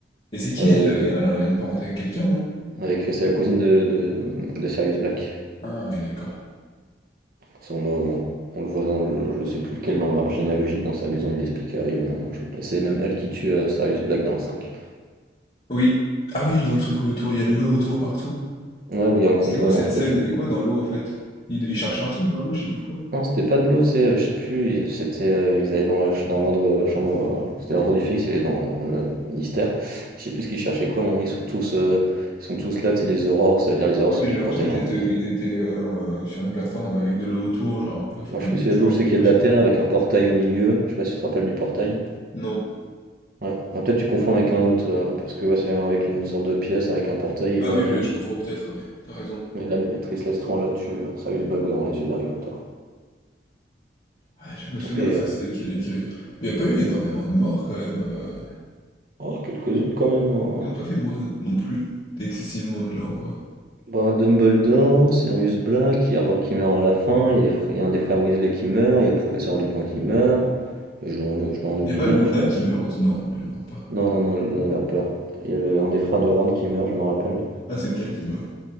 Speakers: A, on the left; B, on the right.
A: Et c'est qui
B: euh,
A: elle?
B: il
A: euh,
B: y avait-
A: Elle a un lien de parenté avec quelqu'un, non?
B: avec c'est la cousine de, de, de Sirius Black.
A: Ah oui, d'accord.
B: Ça, on, le on- on le voit dans le, je sais plus lequel dans l'arbre généalogique dans sa maison, il l'explique à Harry au moment. je- Et c'est même elle qui tue euh, Sirius Black dans le 5.
A: Oui. Ah oui, dans le truc où autour, il y a de l'eau autour partout.
B: Ouais, où il y a un combat
A: C'était quoi cette
B: là, entre
A: scène?
B: tout.
A: Il y avait quoi dans l'eau en fait? Ils, ils cherchaient un truc dans l'eau, je sais plus quoi.
B: Non, c'était pas de l'eau, tu sais, heu, je sais plus, et c'était, heu, ils allaient dans la ch dans l'ordre, heu, chambre, heu, c'était l'ordre du phénix, il est dans dans le ministère. Je sais plus ce qu'ils cherchaient quoi, à un moment ils sont tous, heu, ils sont tous là, tu sais, les aurores, ça veut dire les aurores,
A: Ouais,
B: ceux
A: mais
B: qui
A: j'ai l'impression
B: protègent
A: qu'ils
B: un
A: étaient,
B: peu
A: euh,
B: des
A: ils étaient euh, euh, sur une plateforme avec de l'eau autour, genre un peu, enfin
B: moi,
A: pas
B: je
A: une
B: sais plus
A: plateforme,
B: s'il y a de l'eau, je sais
A: mais tu
B: qu'il y a
A: vois. ce
B: de
A: que-
B: la terre avec un portail au milieu, je sais pas si tu te rappelles du portail?
A: Non.
B: Ouais, ah, peut-être tu confonds avec un autre, heu, parce que ouais, c'est avec une sorte de pièce avec un portail et
A: Ah
B: là,
A: oui,
B: euh,
A: je, je confonds peut-être, ouais, t'as raison.
B: et là, l'actrice Lestrange, elle tue, heu, Sirius Black devant les yeux d'Harry Potter.
A: Ah, je me souviens
B: Mais,
A: de ça,
B: heu,
A: c'est qu'il y avait... fait. Mais il n'y a pas eu énormément de morts quand même. euh,
B: oh quelques-unes quand même, hein!
A: Ils ont pas fait mourir non plus excessivement de gens, quoi.
B: Bah, Dumbledore, Sirius Black, il y a Rogue qui meurt à la fin, il y a, les fr- il y a un des frères Weasley qui meurt, il y a le professeur Lupin qui meurt, et je dois en, je dois en oublier,
A: Y a pas Luna
B: hein, je pense.
A: qui meurt aussi? Non, elle meurt pas.
B: Non, non, non, non, j'ai peur. Il y a le- un des frères de Ron qui meurt, je me rappelle.
A: Ah, c'est lequel qui meurt?